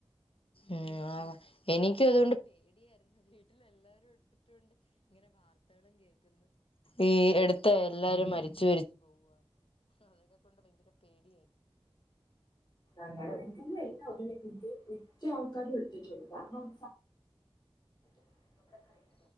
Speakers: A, on the left; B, on the left.
A: ഉ ആ....... എനിക്കും <unintelligible> ഈ....... മ എല്ലാരും
B: ഉം
A: മരിച്ചു........
B: ങ്ക എനക്ക് എല്ല എനിക്ക് മറ്റ ആൾക്കാരും എടുത്തിട്ടുുള്ളണ്ട് കാരണം..... സർട്ടിഫിക്കറ്റ് നമ്മുടെ കയ്യിൽ